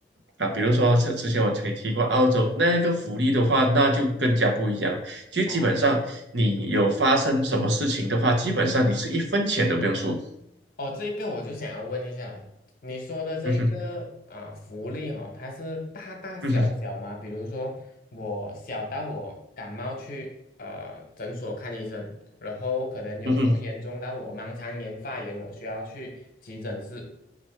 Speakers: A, on the right; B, on the left.
A: 啊，比如说之之前我才提过澳洲那个福利的话，那就更加不一样了。
B: 嗯
A: 其实基本上你有发生什么事情的话，
B: 好。
A: 基本上你是一分钱都不用出。
B: 嗯。哦，这一个我就想要问一下了，你说的这一个啊、
A: 嗯哼，
B: 福利哈、它是大大小小吗？
A: 嗯哼，
B: 比如说我小到我感冒去呃诊所看医生，然后可能有时候严重到我盲肠炎发炎，
A: 嗯哼，
B: 我需要去急诊室，